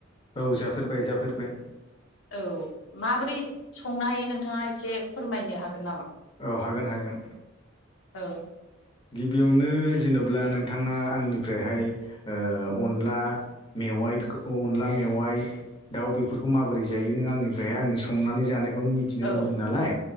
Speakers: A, on the left; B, on the left.
A: औ जाफेरबाय जाफेरबाय।
B: औ माबोरै संनो हायो नोंथाङा एसे फोरमायनो हागोन नामा?
A: औ हागोन हागोन‌।
B: औ
A: गिबियावनो जेनेबा नोंथाङा आंनिफ्रायहाय अनला मेवाइ मेवाइ <unintelligible> आनला मेवाय दाउ बेफोरखौ माबोरै जायो नों आंनिफ्राय आंनि संनाय संनानै जानायफोरखौ नों मोनथिनो
B: औ
A: लुगैदों नालाय